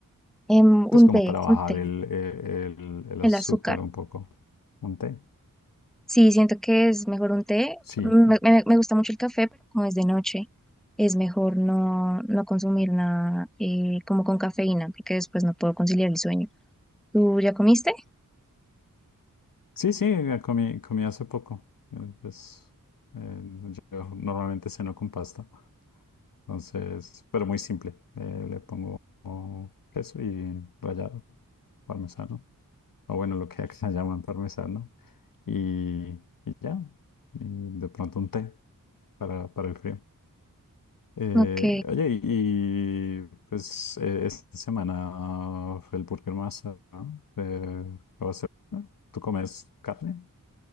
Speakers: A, in the centre; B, on the left.
A: Em,
B: Pues
A: un
B: como
A: té,
B: para bajar
A: un té,
B: el, eh, el- el
A: el
B: azúcar
A: azúcar.
B: un poco. ¿Un té?
A: Sí, siento que es mejor un té.
B: Sí.
A: Me, me- me gusta mucho el café, pero como es de noche, es mejor no, no consumir nada eh, como con cafeína, porque después no puedo conciliar el sueño. ¿Tú ya comiste?
B: Sí, sí, eh, comí, comí hace poco. Eh, Pues, eh, yo normalmente ceno con pasta. Entonces, pero muy simple. Eh, le pongo queso y rallado, parmesano. O bueno, lo que acá <laughs> llaman parmesano. y, y ya. Y de pronto un té para, para el frío. Eh,
A: Ok.
B: oye, y pues eh, esta semana fue el Burger Master, ¿no? Eh, ¿lo vas a hacer? ¿Tú comes carne?